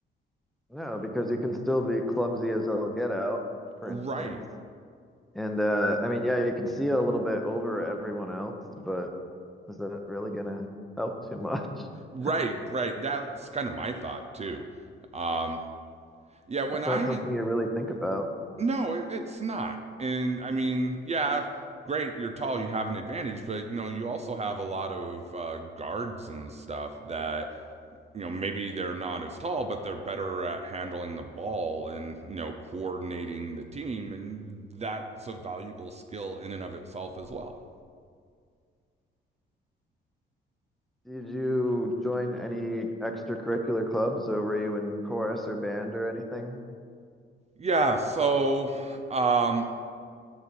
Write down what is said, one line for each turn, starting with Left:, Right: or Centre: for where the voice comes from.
Centre: No, because you can still be clumsy as all get out, for
Right: Right,
Centre: instance. And uh, I mean, yeah, you can see a little bit over everyone else, but is that really gonna help too much? <laughs>
Right: right, right. That's kind of my thought too. Um, yeah, when
Centre: It's
Right: I
Centre: not something you really think about.
Right: No, it's not. And I mean, yeah, great, you're tall, you have an advantage, but you know, you also have a lot of uh, guards and stuff that you know maybe they're not as tall, but they're better at handling the ball and you know coordinating the team, and that's a valuable skill in and of itself as well.
Centre: Did you join any extracurricular clubs, or were you in chorus or band or anything?
Right: Yeah, so um,